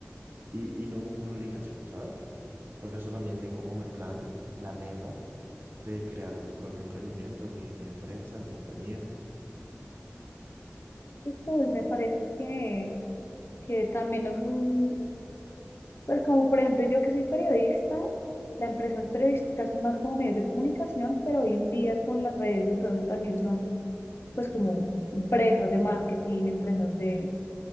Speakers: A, on the right; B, on the left.
A: y, y no como una obligación, ¿sabes? Por eso también tengo como el plan, la meta de crear mi propio emprendimiento, mi, mi empresa, mi compañía.
B: Y cool, me parece que, que también es un, Pues como por ejemplo yo que soy periodista, las empresas periodísticas son más como medios de comunicación, pero hoy en día con las redes y todo eso también son pues como empresas de marketing, empresas de